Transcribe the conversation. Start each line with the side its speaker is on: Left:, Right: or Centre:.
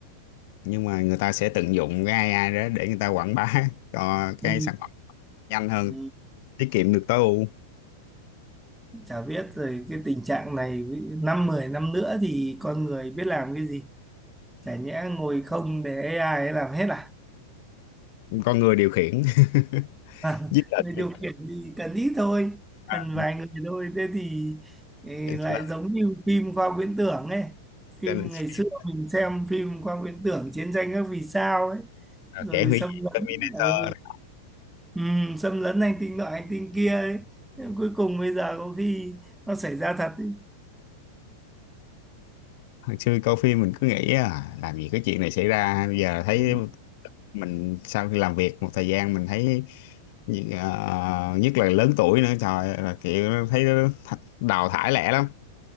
Left: nhưng mà người ta sẽ tận dụng cái AI đó để người ta quảng bá <laughs> cho
Centre: Ừ.
Left: cái sản phẩm nhanh hơn
Centre: Ừ.
Left: tiết kiệm được tối ưu
Centre: Chả biết rồi cái tình trạng này với- năm 10 năm nữa thì con người biết làm cái gì. chả nhẽ ngồi không để AI ấy làm hết à
Left: con người điều khiển <laughs>
Centre: <laughs>
Left: giết lệnh
Centre: người điều khiển thì cần ít thôi
Left: à,
Centre: cần vài người thôi thế thì ê,
Left: cho
Centre: lại
Left: nên,
Centre: giống như phim khoa học viễn tưởng ấy phim
Left: cho nên
Centre: ngày
Left: phim
Centre: xưa mình xem phim khoa học viễn tưởng chiến tranh các vì sao ấy
Left: à,
Centre: rồi
Left: kẻ hủy
Centre: xâm
Left: diệt
Centre: lấn
Left: Terminator
Centre: ừ, ừ, xâm lấn hành tinh nọ hành tinh kia ấy Thế cuối cùng bây giờ có khi nó xảy ra thật ấy.
Left: hồi xưa coi phim mình cứ nghĩ à, làm gì cái chuyện này xảy ra bây giờ thấy
Centre: Ừ.
Left: mình sau khi làm việc một thời gian mình thấy ờ, nhất là lớn tuổi nữa trời ơi, là kiểu thấy nó đào thải lẻ lắm